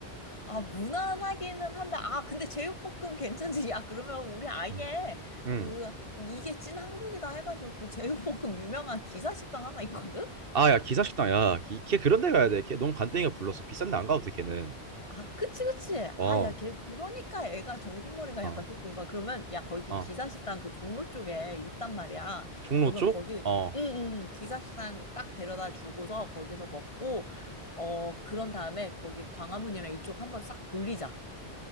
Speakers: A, on the left; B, on the right.
A: 아, 무난하기는 한데, 아, 근데 제육볶음 괜찮지? 야, 그러면 우리 아예
B: 음. 응.
A: 그, 이게 찐 한국이다 해가지고 그 제육볶음 유명한 기사식당 하나 있거든?
B: 아 야 기사식당 야 걔 그런 데 가야 돼. 걔 너무 간땡이가 불렀어.
A: 어,
B: 비싼 데 안 가도 돼 걔는.
A: 아, 그치, 그치.
B: 어.
A: 아, 야, 걔, 그러니까 애가 정신머리가
B: 어.
A: 약간 좀 그런 거야. 그러면, 야, 거기
B: 어.
A: 기사식당 그 종로 쪽에 있단 말이야.
B: 종로
A: 그러면
B: 쪽?
A: 거기,
B: 어.
A: 응, 응, 응. 기사식당 딱 데려다 주고서 거기서 먹고, 어, 그런 다음에 거기 광화문이랑 이쪽 한번 싹 돌리자.